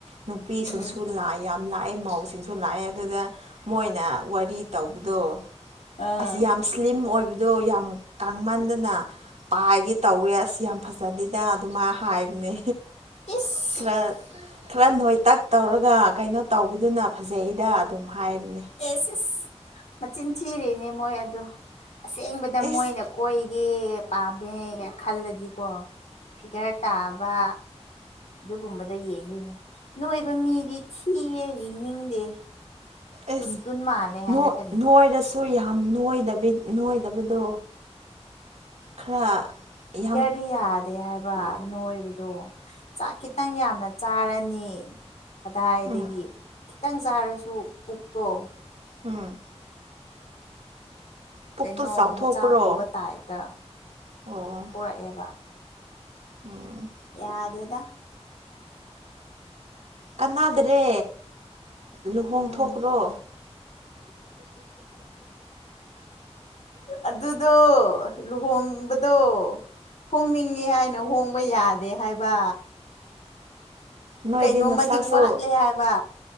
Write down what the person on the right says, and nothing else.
ꯅꯨꯄꯤꯁꯤꯡꯁꯨ
ꯂꯥꯏ ꯌꯥꯝ ꯂꯥꯛꯑꯦ ꯃꯧꯁꯤꯡꯁꯨ ꯂꯥꯛꯑꯦ ꯑꯗꯨꯗ ꯃꯣꯏꯅ ꯋꯥꯔꯤ ꯇꯧꯕꯗꯣ
ꯑꯁ ꯌꯥꯝ ꯁ꯭ꯂꯤꯝ ꯑꯣꯏꯕꯗꯣ ꯌꯥꯝ ꯀꯪꯃꯟꯗꯅ ꯄꯥꯏꯒꯦ ꯇꯧꯋꯦ ꯑꯁ ꯌꯥꯝ ꯐꯖꯗꯦꯗ ꯑꯗꯨꯃꯥꯏ ꯍꯥꯏꯕꯅꯦ
ꯈꯔ ꯈꯔ ꯅꯣꯏꯇꯛ ꯇꯧꯔꯒ ꯀꯩꯅꯣ ꯇꯧꯕꯗꯨꯅ ꯐꯖꯩꯗ ꯑꯗꯨꯝ ꯍꯥꯏꯕꯅꯤ
ꯏꯁ
ꯑꯦꯁ
ꯅꯣꯏ ꯅꯣꯏꯔꯁꯨ ꯌꯥꯝ ꯅꯣꯏꯗꯕꯤ ꯅꯣꯏꯗꯕꯗꯣ ꯈꯔ ꯌꯥꯝ
ꯎꯝ
ꯎꯝ ꯄꯨꯛꯇꯨ
ꯆꯥꯎꯊꯣꯛꯄ꯭ꯔꯣ
ꯑꯣ
ꯎꯝ
ꯀꯥꯟꯅꯥꯗ꯭ꯔꯦ ꯂꯨꯍꯣꯡꯊꯣꯛꯈ꯭ꯔꯣ
ꯅꯣꯏꯗꯤ
ꯅꯁꯛꯁꯨ